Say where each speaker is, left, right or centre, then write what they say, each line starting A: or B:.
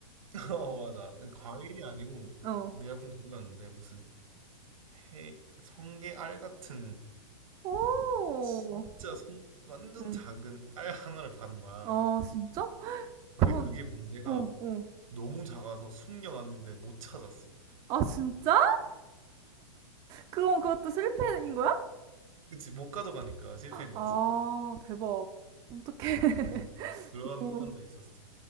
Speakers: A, on the right (about 80°); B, on the right (about 20°).
A: <laughs> 어, 맞아. 과일이 아니고,
B: 어,
A: 내가 본게 그거였는데, 무슨, 해, 성게알 같은
B: 오,
A: 진짜 손 완전
B: 응.
A: 작은 알 하나를 받은 거야.
B: 아, 진짜?
A: 근데
B: 그건,
A: 그게 문제가
B: 어, 어.
A: 너무 작아서 숨겨놨는데 못 찾았어.
B: 아, 진짜? 그건 그것도 실패인 거야?
A: 그치, 못 가져가니까 실패인 거지.
B: 아, 대박. 어떡해.
A: 음,
B: <laughs>
A: 그런
B: 어.
A: 편도 있었어.